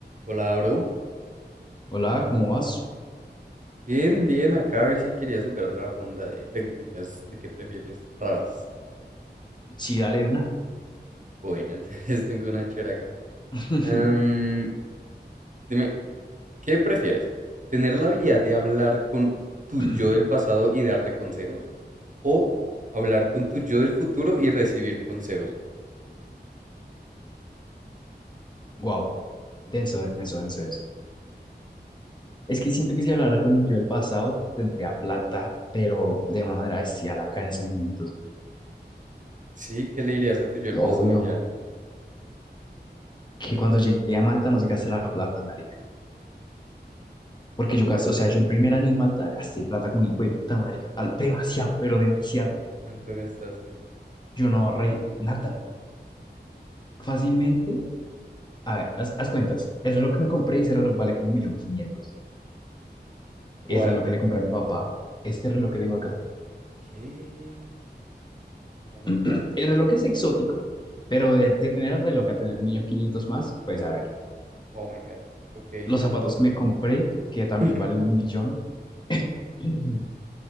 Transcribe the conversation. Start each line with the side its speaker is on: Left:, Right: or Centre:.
Right: Hola, bro.
Left: Hola, ¿cómo vas?
Right: Bien, bien, acá a ver si quería jugar otra ronda de preguntitas de qué prefieres raras.
Left: Sí, dale de una.
Right: Bueno, <laughs> entonces tengo una chévere acá.
Left: <laughs>
Right: Am, dime, ¿qué prefieres? ¿Tener la habilidad de hablar con tu
Left: <clears throat>
Right: yo del pasado y darle consejos? ¿O hablar con tu yo del futuro y recibir consejos?
Left: Wow, denso, denso, denso, denso. Es que siento que si hablara con el yo del pasado, tendría plata, pero de una manera bestial acá en esos momentos, güey.
Right: Sí, ¿qué le dirías a tu yo del
Left: Obvio,
Right: pasado ya?
Left: que cuando llegué a Malta no se gasté la plata, marica. Porque
Right: ¿A tú?
Left: yo gasté, o sea, yo el primer año en Malta gasté plata como un hijo de puta, marica. Al- demasiado, pero demasiado.
Right: ¿Cuánto gastaste?
Left: Yo no ahorré nada. Fácilmente, a ver, haz, haz cuentas. El reloj que me compré, ese reloj vale como un millón quinientos.
Right: ¿Cuál?
Left: El reloj que le compré a mi papá. Este reloj que tengo acá
Right: ¿Qué? Oh my
Left: <clears throat>
Right: god.
Left: El reloj es exótico, pero de, de tener el reloj a tener un millón quinientos más, pues a ver.
Right: Oh my god. Ok.
Left: Los zapatos que me compré, que también
Right: <laughs>
Left: valen un millón. <clears throat>